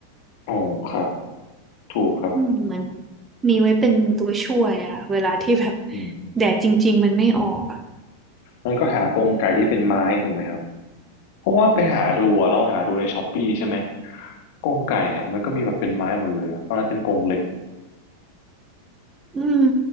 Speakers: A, on the left (about 50°); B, on the right (about 15°).
A: อ๋อครับถูกครับ
B: อืมมันมีไว้เป็นตัวช่วยอะเวลาที่แบบ
A: อืม
B: แดดจริงๆมันไม่ออก
A: มันก็หากรงไก่ที่เป็นไม้ถูกไหมครับเพราะว่าไปหาดูอะเราหาดูในช้อปปี้ใช่ไหมกรงไก่อะมันก็มีแบบเป็นไม้หมดเลยอะตอนนั้นเป็นกรงเหล็ก
B: อืม